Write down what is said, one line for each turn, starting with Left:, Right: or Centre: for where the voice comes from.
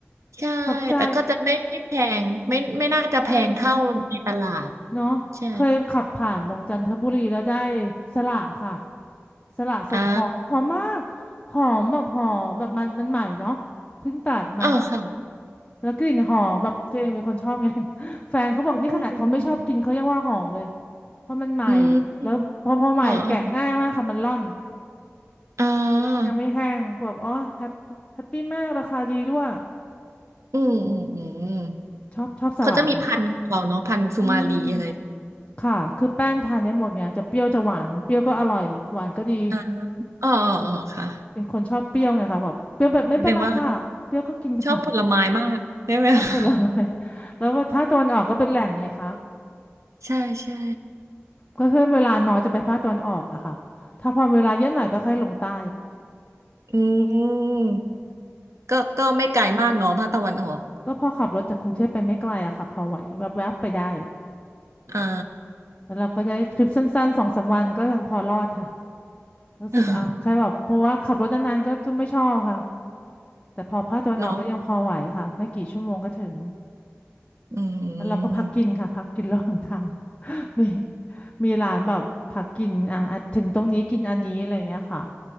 Right: ใช่แต่ก็จะไม่ไม่แพงไม่ไม่น่าจะแพงเท่าในตลาด
Left: ทับใจใช่ใช่เนาะเคยขับผ่านตรงจันทบุรีแล้วได้
Right: ใช่
Left: สละค่ะสละสดหอมหอมมาก
Right: อ่า
Left: หอมแบบหอมแบบมันมันใหม่เนาะเพิ่งตัดมา
Right: เออค่ะ
Left: แล้วกลิ่นหอมแบบตัวเองเป็นคนชอบไง <laughs> แฟนเขาบอกนี่ขนาดเขาไม่ชอบกินเขายังว่าหอมเลย
Right: อืมอืม
Left: เพราะมันใหม่
Right: อืมอืม
Left: แล้วพอพอใหม่แกะง่ายมากค่ะมันร่อน
Right: อ่าอ่าอา
Left: เนื้อมันยังไม่แห้งก็แบบอ๋อแฮปปี้แฮปปี้มากราคาดีด้วย
Right: อืมอืมอืม
Left: ชอบชอบสลัดค่ะ
Right: เขาจะมีพันธุ์ของเขาเนาะพันธุ์สุมาลีอะไร
Left: อืมค่ะคือแป้งทานได้หมดไงจะเปรี้ยวจะหวานเปรี้ยวก็อร่อยหวานก็ดี
Right: อ่าอ๋ออ๋ออ๋อค่ะ
Left: เป็นคนชอบเปรี้ยวไงค่ะแบบเปรี้ยวแบบไม่เป็นไรค่ะเปรี้ยวก็กินค่ะ
Right: แสดงว่า ชอบผลไม้มากได้ไหมคะอืม
Left: <laughs> ชอบผลไม้แล้วว่าถ้าตะวันออกก็เป็นแหล่งไงคะ
Right: ใช่ใช่
Left: ก็คือเวลาน้อยจะไปภาคตะวันออกอะค่ะถ้าพอเวลาเยอะหน่อยก็ค่อยลงใต้
Right: อืมก็ก็ไม่ไกลมากเนาะภาคตะวันออก
Left: ก็พอขับรถจากกรุงเทพไปไม่ไกลอะค่ะพอไหวแวบๆไปได้
Right: อ่า
Left: แล้วเราก็ได้ทริปสั้นๆสองสามวันก็ยังพอรอดค่ะรู้สึกอ่ะใครแบบเพราะว่าขับรถนานๆก็จะไม่ชอบค่ะ
Right: <laughs>
Left: แต่พอภาคตะวันออกก็ยังพอไหวค่ะไม่กี่ชั่วโมงก็ถึง
Right: เนาะอืม
Left: แล้วเราก็พักกินค่ะพักกินระหว่างทาง <laughs> มีมีร้านแบบพักกินอ่ะอ่ะถึงตรงนี้กินอันนี้อะไรอย่างเงี้ยค่ะ